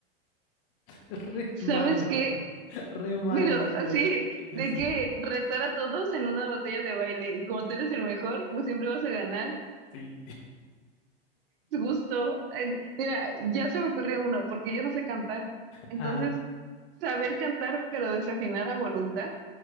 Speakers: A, on the left; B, on the right.
A: <laughs> Re
B: ¿Sabes
A: malo,
B: qué?
A: re malo
B: Pero
A: el superhéroe.
B: así,
A: <laughs> Eso
B: de que retar a todos en una batalla de baile y como tú eres el mejor, pues siempre vas a ganar.
A: sí.
B: Es Justo. Eh, Mira, ya se me ocurrió uno, porque yo no sé cantar. Entonces,
A: Ah,
B: saber cantar pero desafinar a voluntad